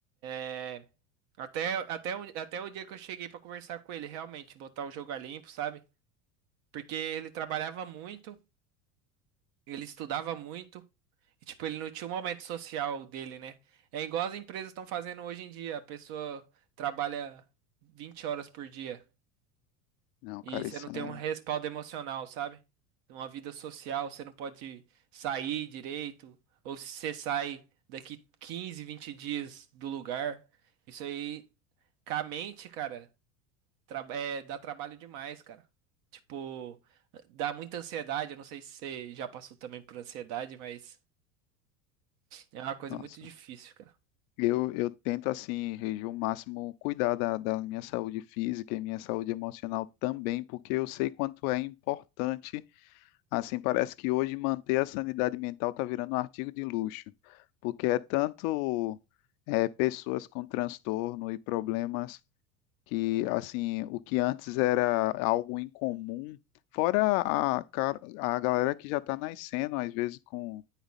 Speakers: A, on the right (about 60°); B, on the left (about 60°).
A: É, Até, até, o, até o dia que eu cheguei pra conversar com ele, realmente, botar o jogo a limpo, sabe? Porque ele trabalhava muito, ele estudava muito, e tipo, ele não tinha o momento social dele, né? É igual as empresas estão fazendo hoje em dia, a pessoa trabalha 20 horas por dia.
B: Não,
A: E
B: cara,
A: você
B: isso
A: não tem
B: é.
A: um respaldo emocional, sabe? Uma vida social, você não pode sair direito. Ou se você sai daqui 15, 20 dias do lugar. Isso aí, com a mente, cara, tra- é, dá trabalho demais, cara. Tipo, dá muita ansiedade. Eu não sei se você já passou também por ansiedade, mas é uma coisa
B: Nossa.
A: muito difícil, cara.
B: Eu, eu tento, assim, reger o máximo, cuidar da, da minha saúde física e minha saúde emocional também, porque eu sei quanto é importante Assim, parece que hoje manter a sanidade mental está virando um artigo de luxo, porque é tanto é, pessoas com transtorno e problemas que, assim, o que antes era algo incomum, fora a, car- a galera que já está nascendo, às vezes, com,